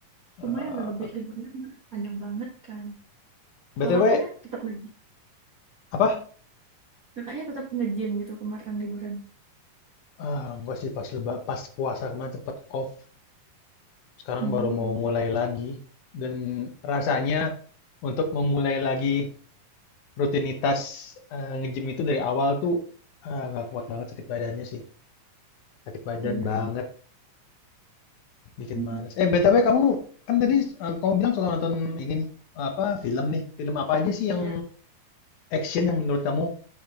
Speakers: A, on the left; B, on the right.
A: eh,
B: lumayan udah lebih liburnya kemarin panjang banget kan
A: BTW
B: kalau kakaknya tetap nge
A: apa?
B: kakaknya tetap nge-gym gitu kemarin liburan
A: Ah, enggak sih pas leba, pas puasa kemarin cepet off. Sekarang
B: hmm,
A: baru mau mulai lagi dan rasanya untuk memulai lagi Rutinitas, eee, nge-gym itu dari awal tuh, eee, nggak kuat banget sakit badannya sih, sakit badan
B: bener
A: banget, bikin
B: Mm-mm.
A: males. Eh, BTW kamu kan tadi, eee, kamu bilang suka nonton ini nih, apa, film nih, film apa aja sih yang
B: ya
A: action yang menurut kamu,